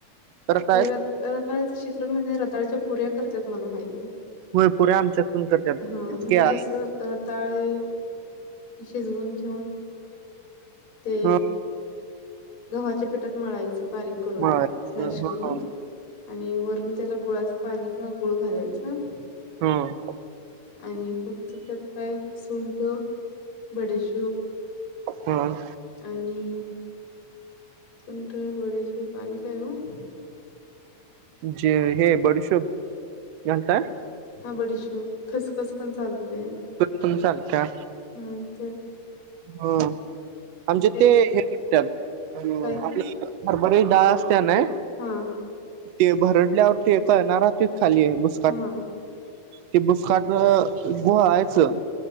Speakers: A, on the right; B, on the left.
A: तर काय
B: रताळ्याचे शिखरण म्हणजे रताळच्या पुऱ्या करतात मला माहिती आहे
A: होयपुऱ्या आमच्यातून करतात
B: हा म्हणजे
A: केळा
B: कस रताळे शीजवून घीऊन ते
A: ह
B: गव्हाच्या पिठात मळायचं बारीक करून
A: मळायचं
B: मॅश
A: ह
B: करून आणि वरून त्याला गुळाचं पाणी किंवा गुळ घालायचं
A: ह
B: आणि फक्त त्यात काय सुंट बडेशूप
A: हम्
B: आणि सुंट बडीशेप आणि काय हो
A: जे हे बडीशोब घालताय
B: हा बडीशूप खसखस पण चालते
A: पण चालत्या
B: हम् ते
A: ह आमच्यात
B: तेवढं
A: ते करत्यात
B: काय
A: आपल
B: ते
A: हरभऱ्याची डाळ असत्या ना
B: हा
A: ते भरडल्यावर ते कळना खाली आहे बुसकाट
B: हा
A: ते भुसकाट घोळायचं